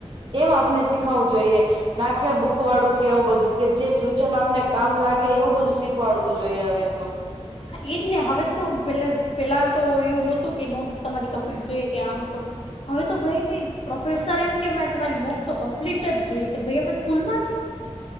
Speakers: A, on the right; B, on the left.
A: એમ આપને શીખાવું જોઈએ. ના કેે બુક વાળું કે એવું બધું કે જે ફ્યુચરમાં આપને કામ લાગે એવું બધું શીખ શીખવાડવું જોઈએ હવે તો.
B: હા એજ ને હવે તો પેલા પેલા તો એવું નહોતું કે નોટ્સ તમારી કમ્પલીટ જોઈએ કે આમ કે ઓમ હવે તો ભાઈ પ્રોફેસર એમ કે મે તમારી નોટ તો કમ્પ્લીટ જ જોઈ છે ભાઈ અમે સ્કૂલમાં છી.